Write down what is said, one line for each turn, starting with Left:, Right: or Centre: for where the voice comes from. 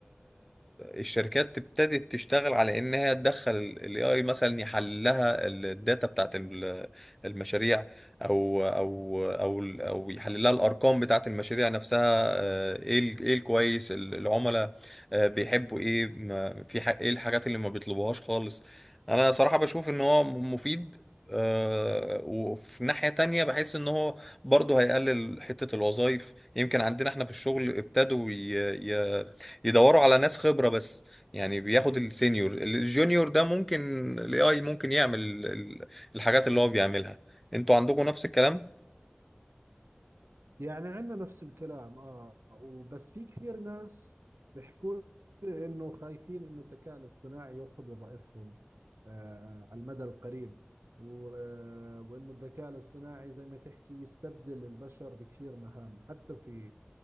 Centre: الشركات ابتدت تشتغل على انها تدخل الاي اي مثلا يحلل لها الداتا بتاعت ال- المشاريع او او او ال- او يحلل لها الارقام بتاعت المشاريع نفسها آه، ايه ال- ايه الكويس ال- العملاء آه، بيحبوا ايه ما- في ح- ايه الحاجات اللي ما بيطلبوهاش خالص انا صراحة بشوف ان هو مفيد آه، وفي ناحية تانية بحس ان هو برضه هيقلل حتة الوظائف يمكن عندنا احنا في الشغل ابتدوا ي... ي... يدوروا على ناس خبرة بس يعني بياخد السينيور الجونيور ده ممكن الاي اي ممكن يعمل ال- الحاجات اللي هو بيعملها انتوا عندكم نفس الكلام
Right: يعني عندنا نفس الكلام اه وبس في كثير ناس بيحكوا لي انه خايفين انه الذكاء الاصطناعي ياخذ وظائفهم آه على المدى القريب و- آه، وانه الذكاء الاصطناعي زي ما تحكي يستبدل البشر بكثير مهام حتى في